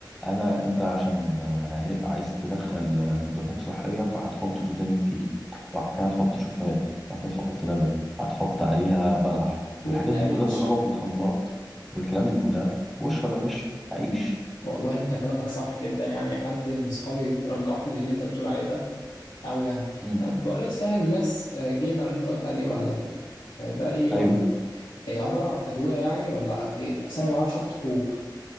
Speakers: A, in the centre; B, on the left (about 70°).
A: انا انت عشان آه، عايز تدخل آه، دهون صحية فهتحط سوداني كتير وبعد كده هتحط شوفان وبعد كده تحط لبن هتحط عليها بلح والحاجات
B: جبنه
A: دي
B: قريش
A: كلها تضربها في الخلاط والكلام دي كلها واشرب يا باشا عيش
B: والله انت كلامك صح جدا يعني حد من صحابي رجح لي اللي انت بتقول عليه ده او يعني
A: مم.
B: طب بقول لك صحيح الماس آه، جينر اللي انت قلت عليه ولا ال- آه، ده ايه ولا
A: ايوه
B: إيه عباره عن ادويه يعني ولا ايه اصل انا ما بعرفش اخد حبوب